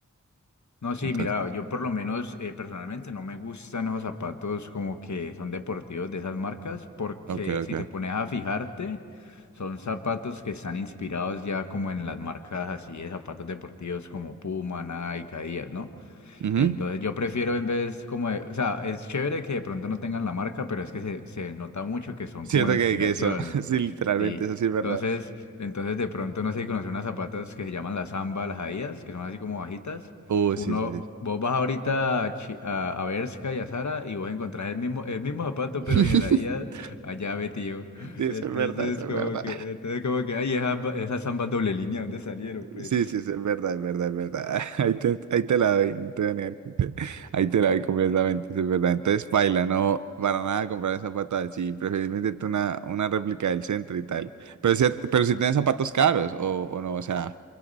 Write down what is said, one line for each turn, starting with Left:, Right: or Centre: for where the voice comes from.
Left: No, sí,
Right: Entonces,
Left: mira, yo por lo menos eh, personalmente no me gustan esos zapatos como que son deportivos de esas marcas, porque
Right: ok,
Left: si
Right: ok.
Left: te pones a fijarte, son zapatos que están inspirados ya como en las marcas así de zapatos deportivos como Puma, Nike, Adidas, ¿no?
Right: Ujú.
Left: Entonces yo prefiero en vez como de- o sea, es chévere que de pronto no tengan la marca, pero es que se, se nota mucho que son
Right: Siento
Left: como la
Right: que,
Left: inspiración.
Right: que eso, <laughs> sí, literalmente,
Left: Sí,
Right: eso sí es verdad.
Left: entonces, entonces de pronto no sé si conocer unas zapatas que se llaman las Samba, las Adidas, que son así como bajitas.
Right: Oh,
Left: Uno,
Right: sí, sí, sí.
Left: vos vas ahorita a, Chi- a, a Bershka y a Zara y vos encontrás el mismo, el mismo zapato, pero
Right: <laughs>
Left: sin el Adidas, allá metido.
Right: Sí,
Left: Entonces,
Right: eso es verdad, eso es
Left: como
Right: verdad.
Left: que, entonces como que, ay, esas, ba- esas Sambas doble línea, ¿dónde salieron, pues?
Right: Sí, sí, sí, es verdad, es verdad, es verdad. <laughs> Ahí te, ahí te la doy, no te voy a negar que te- ahí te la doy completamente, sí, es verdad. Entonces, paila, no, para nada comprar zapatos sí, preferiblemente tú una, una réplica del centro y tal. Pero si, pero si tienes zapatos caros o, o no, o sea,